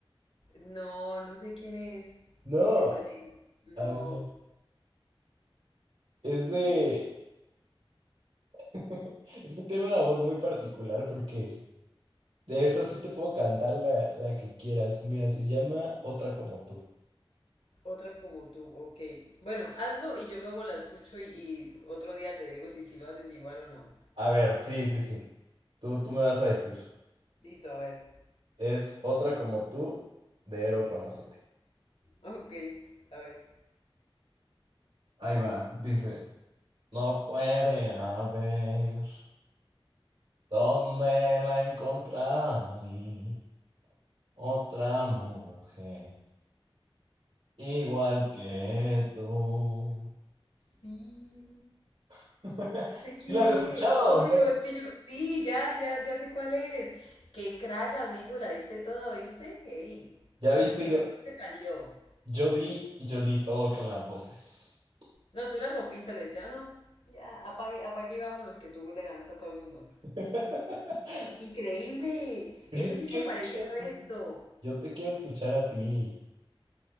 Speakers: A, on the left; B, on the right.
A: No, no sé quién es.
B: No,
A: Ahí te fallé. No,
B: a ver, es de... <laughs> Es que tiene una voz muy particular porque de esa sí te puedo cantar la, la que quieras. Mira, se llama Otra como tú.
A: otra como tú, ok. Bueno, hazlo y yo luego la escucho y, y otro día te digo si, si lo haces igual o no.
B: A ver, sí, sí, sí. Tú, tú me vas a decir.
A: Listo, a ver.
B: Es Otra como tú de Eros Ramazzotti.
A: Ok, a ver.
B: Ahí va, dice. No puede haber dónde la encontraré otra mujer. Igual que tú.
A: Sí,
B: <laughs> ¿Sí
A: sí sé quién
B: ¿Las
A: es.
B: has escuchado
A: Obvio,
B: o no?
A: es que yo. Sí, ya, ya, ya sé cuál es. Qué crack, amigo, la diste toda, ¿viste? Ey,
B: Ya viste,
A: esa
B: yo,
A: sí te salió.
B: yo di, yo di todo con las voces.
A: No, tú la rompiste, le ya no. Ya, apague, apague y vámonos, que tú le ganaste a todo el mundo.
B: <laughs>
A: Increíble,
B: Pero
A: esa
B: yo te
A: sí
B: quiero
A: se parece
B: escuchar
A: al
B: a
A: resto.
B: ti. Yo te quiero escuchar a ti.